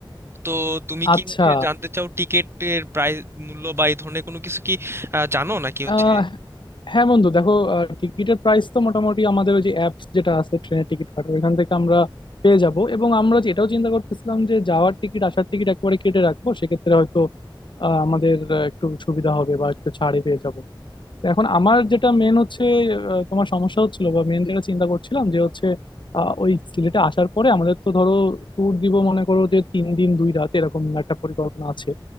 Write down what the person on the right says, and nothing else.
তো তুমি
কি হচ্ছে জানতে চাও টিকেটের প্রাইস মূল্য বা এই ধরনের কোনো কিছু কি আহ, জানো নাকি হচ্ছে